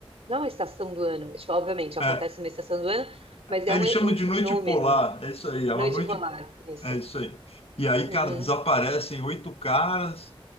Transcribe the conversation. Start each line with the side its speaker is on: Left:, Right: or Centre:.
Right: não é uma estação do ano. Tipo, obviamente, acontece
Left: É,
Right: uma estação do ano, mas é
Left: ele
Right: um,
Left: chama de
Right: um fenômeno.
Left: noite polar, é isso aí, é
Right: Noite
Left: uma noite
Right: polar, isso.
Left: É isso aí. E aí,
Right: Uhum.
Left: cara, desaparecem oito caras.